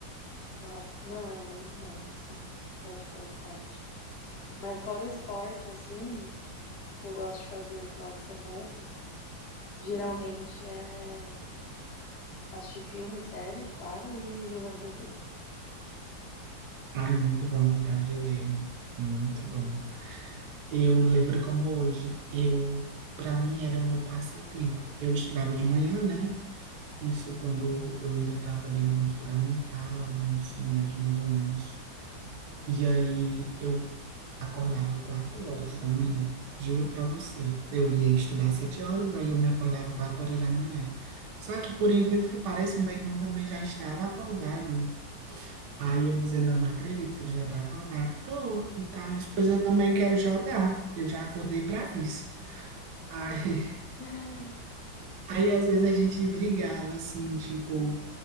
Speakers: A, on the left; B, on the right.
A: Nossa, não, é muito bom, assim, praticar esporte. Mas fora esporte, assim, que eu gosto de fazer no final de semana, geralmente é assistir filme, série, claro, e jogar videogame.
B: Ai, muito bom jogar videogame. Muito bom. Eu lembro como hoje, eu, para mim era meu passatempo. Eu estudava de manhã, né? Isso quando eu ainda estava ali no meu fundamental, meu ensino médio mais ou menos. E aí eu acordava quatro horas da manhã, juro pra você. Eu ia estudar sete horas, aí eu me acordava quatro horas da manhã. Só que, por incrível que pareça, meu irmão também já estava acordado. Aí eu dizia, não, não acredito que ele já está acordado. Tô, e tal. Depois eu também quero jogar. Eu já acordei pra isso. Aí,
A: <laughs>
B: <laughs> aí às vezes a gente brigava, assim, tipo,